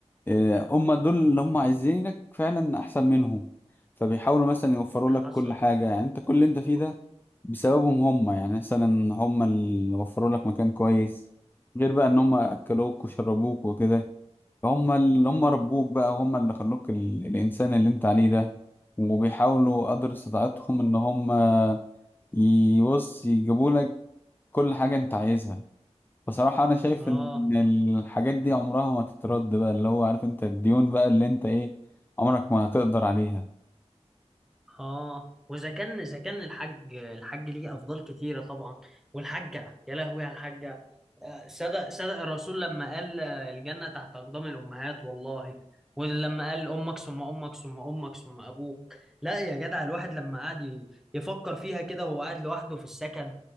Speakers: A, on the left; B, in the centre.
A: آه، هما دول اللي هما عايزينك فعلا احسن منهم فبيحاولوا مثلا يوفروا
B: حصل
A: لك كل حاجة يعني انت كل اللي انت فيه ده بسببهم هما يعني مثلا هما اللي وفروا لك مكان كويس غير بقى ان هما اكلوك وشربوك وكده هما اللي هما ربوك بقى هما اللي خلوك ال... الانسان اللي انت عليه ده وبيحاولوا قدر استطاعتهم ان هما يبص يجيبوا لك كل حاجة انت عايزها بصراحة انا شايف
B: اه
A: ان الحاجات دي عمرها ما تترد بقى اللي هو عارف انت الديون بقى اللي انت ايه عمرك ما هتقدر عليها
B: اه واذا كان اذا كان الحاج الحاج ليه افضال كتيره طبعا والحاجه يا لهوي على الحاجه آه، صدق صدق الرسول لما قال آه، الجنه تحت اقدام الامهات والله ولما قال امك ثم امك ثم امك ثم ابوك لا يا جدع الواحد لما قعد ي- يفكر فيها كده وهو قاعد لوحده في السكن